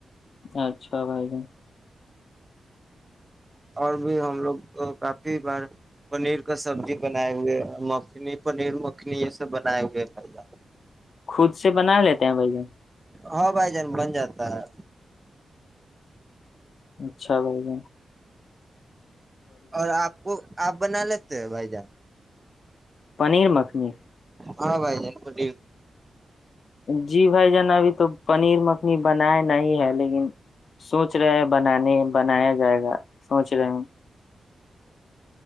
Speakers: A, on the left (about 70°); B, on the right (about 20°).
A: اچھا بھائی جن
B: اور بھی ہم لوگ کافی بار پنیر کا سبزی بنائے ہوئے مکھنی پنیر مکھنی یہ سب بنائے ہوئے ہے بھا
A: خود سے بنا لیتے ہیں بھائی جن
B: ہاں بھائی جان بن جاتا ہے
A: اچھا بھائی ج
B: اور آپ کو آپ بناال بائی جان
A: پنیر مکھنی
B: ہاں بھائی جان کو ب
A: جی بھائی جانا ابھی تو پنیر مک بنایا نہیں ہے لیکن سوچ رہے ہیں بنانے بنایا جائے گا سوچ رہے ہیں